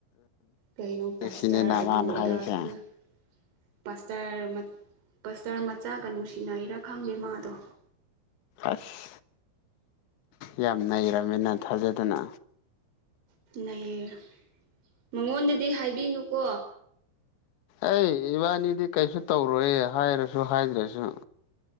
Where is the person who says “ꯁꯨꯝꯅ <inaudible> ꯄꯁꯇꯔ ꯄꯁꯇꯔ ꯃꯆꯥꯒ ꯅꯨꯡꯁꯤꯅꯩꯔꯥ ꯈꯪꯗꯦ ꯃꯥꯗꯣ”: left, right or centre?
Right